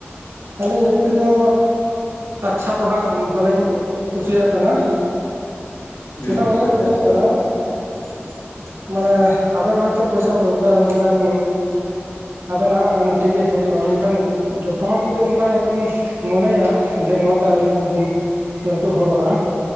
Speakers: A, on the right (about 80°); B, on the left (about 80°).
A: ᱟᱹᱞᱤᱧᱟᱜ ᱡᱩᱠᱛᱤ ᱫᱚ ᱟᱪᱪᱷᱟ ᱫᱚ ᱦᱟᱸᱜ ᱵᱟᱞᱤᱧ ᱠᱩᱥᱤᱭᱟᱜ ᱠᱟᱱᱟ ᱾
B: ᱦᱩᱸ
A: ᱪᱮᱫᱟᱜ ᱵᱟᱞᱤᱧ
B: ᱟᱪᱪᱷᱟ
A: ᱠᱩᱥᱤᱭᱟᱜ
B: ᱟᱪᱪᱷᱟ
A: ᱠᱟᱱᱟ ᱾ ᱢᱟᱱᱮ ᱟᱵᱮᱱ ᱦᱚᱭᱛᱳ ᱯᱚᱭᱥᱟ ᱵᱤᱱ ᱨᱳᱡᱽᱜᱟᱨᱟ ᱢᱮᱱᱠᱷᱟᱱ, ᱟᱵᱮᱱᱟᱜ ᱴᱷᱤᱠ ᱜᱮ ᱦᱩᱭᱩᱜᱼᱟ ᱾ ᱢᱮᱱᱠᱷᱟᱱ ᱡᱚᱛᱚ ᱦᱚᱲ ᱡᱩᱫᱤ ᱚᱱᱠᱟ ᱵᱮᱱ ᱢᱚᱱᱮᱭᱟ ᱡᱮ ᱱᱚᱣᱟ ᱛᱮ ᱟᱹᱞᱤᱧ ᱞᱤᱧ ᱞᱟᱹᱴᱩ ᱦᱚᱲᱚᱜᱼᱟ